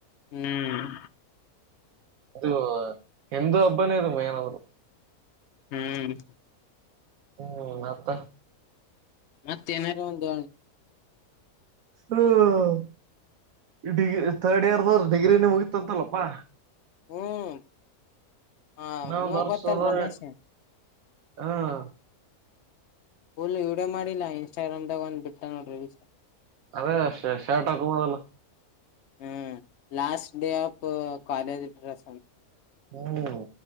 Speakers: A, on the left; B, on the right.
A: ಹ್ಮ್
B: ಹ ಎಂದು ಹಬ್ಬನೇ ಇದು ಮೇನವರು
A: ಹ್ಮ್
B: ಹ್ಮ್ ಮತ್ತ
A: ಮತ್ತೇನಾರ ಒಂದು
B: ಹ ಡಿಗ್ರಿ ಥರ್ಡ್ ಇಯರ್ ದವ್ರ ಡಿಗ್ರಿನ ಮುಗಿತ್ತ ಅಂತಲ್ಲಪ್ಪಾ
A: ಹ್ಮ್ ಹಾ
B: ಇನ್ನೊಂದ್
A: ಇವಾಗ
B: ವರ್ಷ
A: ಗೊತ್ತಲ್
B: ಅದ
A: ರಮೇಶ್
B: ಹ್ಮ್
A: ಹಲ್ ಇವಡೇ ಮಾಡಿಲ್ಲಾ ಇನ್ಸ್ಟಾಗ್ರಾಮ್ಗ ಒಂದ್ ಬಿಟ್ಟ ನೋಡ ರೀಲ್ಸ್
B: ಅದೇ ಶೇರ್ಟ ಆಕ ಅದಲ್ಲ
A: ಹ್ಮ್ last day of college dress
B: ಹ್ಮ್